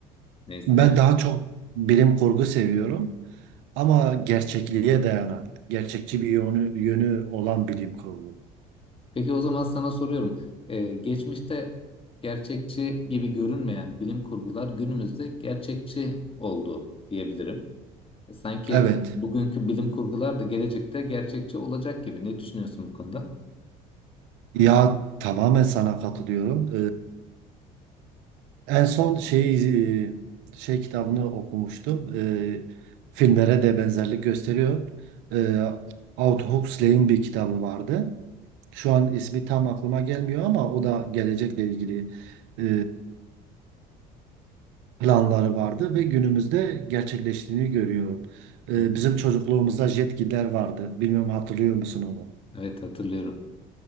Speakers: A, on the left; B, on the right.
A: neyse
B: ben
A: yani.
B: daha çok bilim kurgu seviyorum ama gerçekliğe dayanan, gerçekçi bir yönü, yönü olan bilim kurgu.
A: Peki o zaman sana soruyorum. E, geçmişte gerçekçi gibi görünmeyen bilim kurgular günümüzde gerçekçi oldu diyebilirim. E, Sanki
B: Evet.
A: bugünkü bilim kurgular da gelecekte gerçekçi olacak gibi. Ne düşünüyorsun bu konuda?
B: Ya tamamen sana katılıyorum. Ee, en son şeyi e, şey kitabını okumuştum. Ee, filmlere de benzerlik gösteriyor. Ee, Aldous Huxley'in bir kitabı vardı. Şu an ismi tam aklıma gelmiyor ama o da gelecekle ilgili e, planları vardı ve günümüzde gerçekleştiğini görüyorum. Ee,
A: Evet,
B: bizim çocukluğumuzda jetgiller vardı. Bilmiyorum hatırlıyor musun onu?
A: Evet, hatırlıyorum.